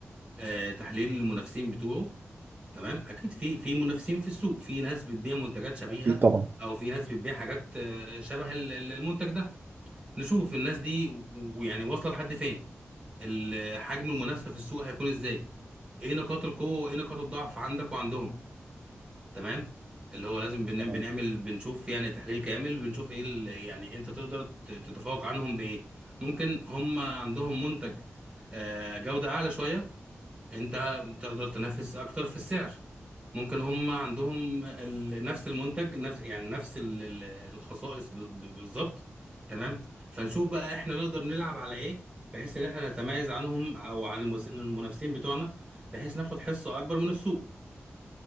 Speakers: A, on the right (about 20°); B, on the right (about 45°).
A: آه تحليل للمنافسين بتوعه تمام أكيد في في منافسين في السوق في ناس بتبيع منتجات شبيهة
B: اكيد طبعا
A: أو في ناس بتبيع حاجات آه، شبه ال- ال- المنتج ده نشوف الناس دي و- ويعني واصلة لحد فين ال- حجم المنافسة في السوق هيكون إزاي إيه نقاط القوة وإيه نقاط الضعف عندك وعندهم تمام اللي هو لازم بنعمل
B: تمام
A: بنعمل بنشوف يعني تحليل كامل بنشوف ايه ال- يعني انت تقدر ت- تتفوق عنهم بايه ممكن هم عندهم منتج آه، جودة اعلى شوية انت تقدر تنافس اكتر في السعر ممكن هم عندهم ال- نفس المنتج نفس يعني نفس ال- ال- الخصائص ب- ب- بالظبط تمام فنشوف بقى احنا نقدر نلعب على ايه بحيث ان احنا نتميز عنهم او عن المس- المنافسين بتوعنا بحيث ناخد حصة اكبر من السوق